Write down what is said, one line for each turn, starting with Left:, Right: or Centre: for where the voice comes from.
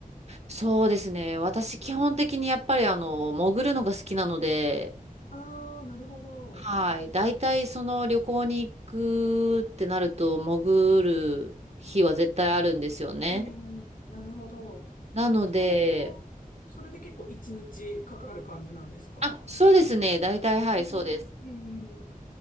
Right: そうですね。私、基本的にやっぱりあの、潜るのが好きなので、
Left: ああ、なるほど。
Right: はい。大体その旅行に行くってなると、潜る日は絶対あるんですよね。
Left: えー、なるほど。
Right: なので、
Left: そうすると、それで結構一日かかる感じなんですか
Right: あ、そうですね。大体、はい、
Left: うん、
Right: そうです。